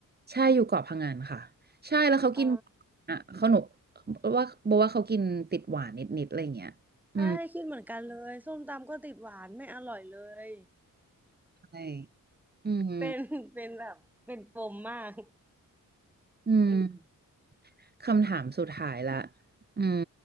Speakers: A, on the right (about 30°); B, in the centre.
A: ใช่อยู่เกาะพังงานค่ะใช่แล้วเขากิน
B: อ๋อ
A: อ่ะเขาหนุว่าบอกว่าเขากินติดหวานนิดๆอะไรอย่างเงี้ยอืม
B: ใช่คิดเหมือนกันเลยส้มตำก็ติดหวานไม่อร่อยเลย
A: ใช่อืม
B: เป็น <laughs> เป็นแบบเป็นปมมาก
A: อืม
B: อืม
A: คำถามสุดท้ายละอืม